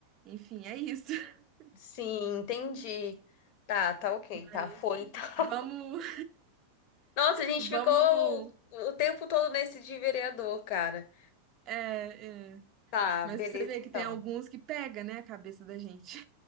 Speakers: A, on the right; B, on the left.
A: Enfim, é isso. <laughs>
B: Sim, entendi. Tá, tá ok, tá,
A: Mas
B: foi então. <laughs>
A: vamos,
B: Nossa, a gente
A: vamos,
B: ficou o o tempo todo nesse de vereador, cara.
A: é, é.
B: Tá,
A: Mas
B: beleza
A: pra você ver que
B: então.
A: tem alguns que pega, né, a cabeça da gente.